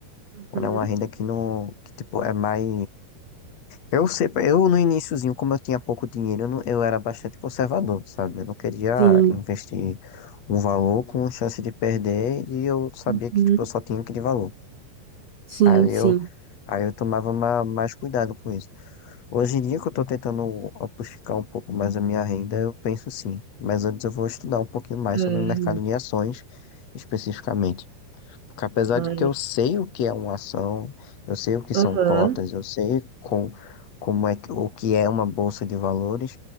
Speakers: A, on the right (about 80°); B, on the left (about 45°).
A: Uhum.
B: Quando é uma renda que não, que, tipo, é mais. Eu sei, eu no iniciozinho, como eu tinha pouco dinheiro, eu, não- eu era bastante conservador, sabe? Eu não queria
A: Sim,
B: investir um valor com chance de perder e eu sabia
A: uhum.
B: que, tipo, eu só tinha aquele valor.
A: Sim,
B: Aí
A: sim.
B: eu, aí eu tomava ma- mais cuidado com isso. Hoje em dia que eu tô tentando amplificar um pouco mais a minha renda, eu penso sim. Mas antes eu vou estudar um pouquinho mais
A: É,
B: sobre o mercado de ações, especificamente. Porque apesar
A: mas,
B: de que eu sei o que é uma ação, eu sei o que
A: aham,
B: são cotas, eu sei com, como é que, o que é uma bolsa de valores,